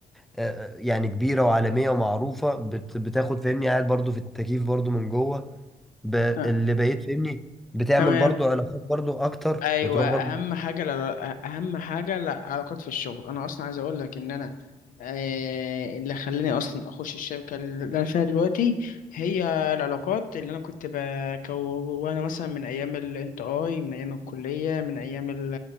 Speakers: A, in the centre; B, on the left (about 70°).
A: آه، يعني كبيرة وعالمية ومعروفة بت- بتاخد فاهمني قاعد برضو في التكييف برضو من جوه ب-
B: آه،
A: اللي بقيت فاهمني بتعمل
B: تمام
A: برضو علاقات برضو أكتر
B: ايوه
A: بتروح
B: اهم
A: برضو
B: حاجه لا اهم حاجه العلاقات في الشغل انا اصلا عايز اقول لك ان انا آه، اللي خلاني اصلا اخش الشركه اللي انا فيها دلوقتي هي العلاقات اللي انا كنت بكونها مثلا من ايام الانت اي من ايام الكليه من ايام ال-